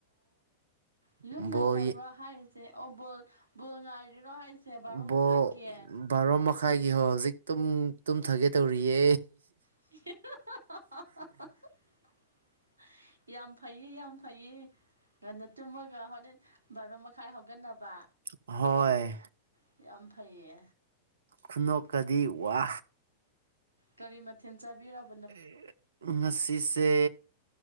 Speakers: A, on the right; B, on the right.
A: ꯌꯨꯝ
B: ꯕꯣꯜ
A: ꯂꯩꯇꯕ꯭ꯔꯥ ꯍꯥꯏꯔꯤꯁꯦ ꯑꯣ ꯕꯣꯜ ꯕꯣꯜ ꯉꯥꯏꯔꯤꯔꯣ ꯍꯥꯏꯁꯦ ꯕꯥꯔꯣ
B: ꯕꯣꯜ
A: ꯃꯈꯥꯏꯒꯤ
B: ꯕꯥꯔꯣ ꯃꯈꯥꯏꯒꯤ ꯍꯣ ꯍꯧꯖꯤꯛ ꯇꯨꯝ ꯇꯨꯝꯊꯒꯦ ꯇꯧꯔꯤꯌꯦ
A: <unintelligible> ꯌꯥꯝ ꯐꯩꯌꯦ ꯌꯥꯝ ꯐꯩꯌꯦ ꯉꯟꯅ ꯇꯨꯝꯃꯒ ꯍꯣꯔꯦꯟ ꯕꯥꯔꯣ ꯃꯈꯥꯏ ꯍꯧꯒꯠꯅꯕ
B: ꯍꯣꯏ
A: ꯍꯣꯏ ꯌꯥꯝ ꯐꯩꯌꯦ
B: ꯈꯨꯅꯣꯛꯀꯗꯤ ꯋꯥ
A: ꯀꯔꯤ ꯃꯊꯦꯜ ꯆꯥꯕꯤꯔꯕ
B: <unintelligible> ꯉꯁꯤꯁꯦ